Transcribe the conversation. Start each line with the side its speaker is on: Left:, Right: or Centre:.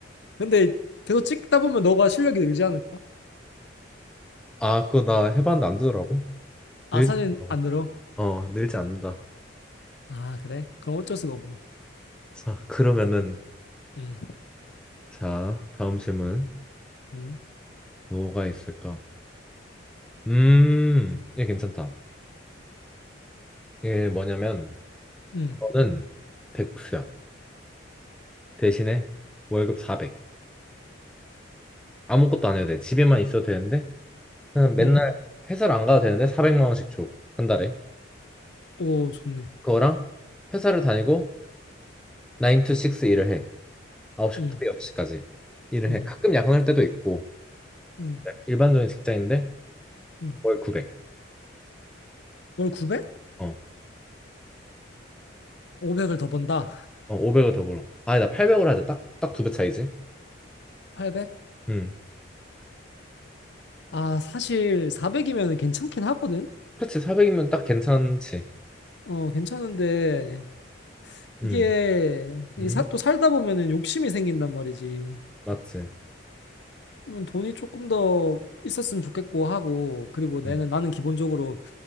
Left: 근데 계속 찍다 보면 너가 실력이 늘지 않을까?
Centre: 아 그거 나 해봤는데 안 되더라고.
Left: 아,
Centre: 늘지
Left: 사진
Centre: 않더라고.
Left: 안 늘어?
Centre: 어, 늘지 않는다.
Left: 아, 그래? 그럼 어쩔 수가 없네.
Centre: 자 그러면은
Left: 응,
Centre: 자 다음 질문
Left: 응,
Centre: 뭐가 있을까? 음, 얘 괜찮다. 이게 뭐냐면
Left: 응,
Centre: 저는 백수야. 대신에 월급 400. 아무것도 안 해도 돼. 집에만 있어도 되는데 그냥 맨날
Left: 응.
Centre: 회사를 안 가도 되는데 400만 원씩 줘. 한 달에.
Left: 오, 좋네.
Centre: 그거랑 회사를 다니고 9 to 6 일을 해. 9시부터
Left: 응,
Centre: 6시까지 일을
Left: 응,
Centre: 해. 가끔 야근할 때도 있고
Left: 응,
Centre: 일반적인 직장인데
Left: 응.
Centre: 월 900.
Left: 월 900?
Centre: 어.
Left: 500을 더 번다.
Centre: 어 500을 더 벌어. 아, 나 800을 하자. 딱 딱 두 배 차이지.
Left: 팔백?
Centre: 음.
Left: 아, 사실 400이면 괜찮긴 하거든?
Centre: 그렇지. 400이면 딱 괜찮지.
Left: 어, 괜찮은데, 이게,
Centre: 음.
Left: 이
Centre: 음.
Left: 사, 또 살다 보면은 욕심이 생긴단 말이지.
Centre: 맞지.
Left: 그러면 돈이 조금 더 있었으면 좋겠고 하고, 그리고 나는,
Centre: 음.
Left: 나는 기본적으로